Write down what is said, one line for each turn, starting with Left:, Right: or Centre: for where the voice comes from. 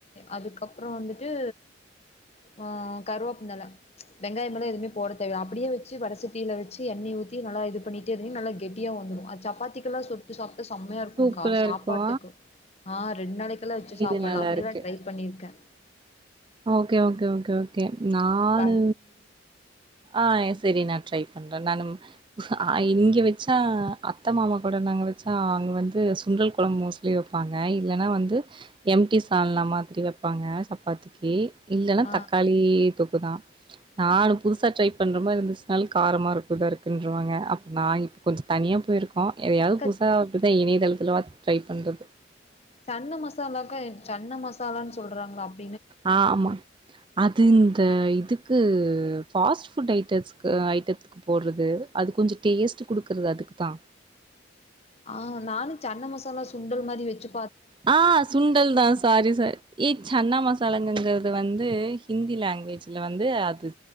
Left: அதுக்கப்புறம் வந்துட்டு ம் கருவப் நல வெங்காயம்லாம் எதுமே போட தேவ இல்ல அப்படியே வச்சு வட சட்டில வச்சு எண்ணெய்ய ஊத்தி நல்ல இது பண்ணிட்டு திடிர்ன்னு நல்லா கெட்டியா வந்துரும் சப்பாத்திக்கு லாம் சுட்டு சாப்ட்டா செமையா இருக்கும்
Right: சூப்பரா
Left: கா சாப்பாட்டுக்கும்
Right: இருக்கு
Left: ஆ ரெண்டு நாளைக்குலாம் வெச்சு சாப்பிடலாம்
Right: இது நல்லா
Left: அப்படி
Right: இருக்கு
Left: தான் ட்ரை பண்ணிருக்கேன்
Right: ஓகே ஓகே ஓகே ஓகே நானு
Left: ப
Right: ஆ எ சேரி நான் ட்ரை பண்றேன் நானும் ஆ இங்க வெச்சா அத்த மாமா கூட நாங்க வச்சா அங்க வந்து சுண்டல் கொழம்பு மோசம் வப்பாங்க இல்லன்னா வந்து எம்டி சால்னா மாதிரி வப்பாங்க சப்பாத்திக்கு பாத்திக்கு இல்லன்னா
Left: ஆ
Right: தக்காளி தொக்குதான் நானு புதுசா ட்ரை பண்ற மாதிரி இருந்துச்சுனாலு காரமா இருக்குதா இருக்குன்றுவாங்க அப்ப நா இப்ப கொஞ்ச தனியா போய்ருக் கோ எதையாவ்து
Left: அக்கா
Right: புதுசா அப்டிதா இணையதளத்துல பாத்து ட்ரை பண்றது
Left: சன்ன மசாலாக்கு சன்னா மசாலான்னு சொல்றாங்களா அப்
Right: ஆ ஆமா அது இந்த இதுக்கு ஃபாஸ்ட் ஃபுட் ஐட்டஸ்க்கு ஆ ஐட்டத்து க்கு போட்றது அது கொஞ்ச டேஸ்ட் குடுக்குறது அதுக்கு தா
Left: ஆ நானு சன்ன மசாலா சுண்டல் மாரி வச்சி
Right: ஆ சுண்டல் தா சாரி சா ஏ சன்னா மசாலாங்கங்கறது வந்து ஹிந்தி லாங்குவேஜில வந்து அது